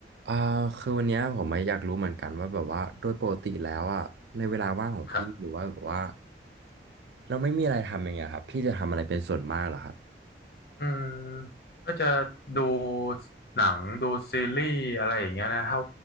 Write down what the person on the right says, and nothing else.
อ่าคือวันเนี้ยผมไม่อยากรู้เหมือนกันว่าแบบว่าโดยปกติแล้วอ่ะในเวลาว่างของพี่หรือว่าแบบว่า
เราไม่มีอะไรทำอย่างเงี้ยครับพี่จะทำอะไรเป็นส่วนมากเหรอครับ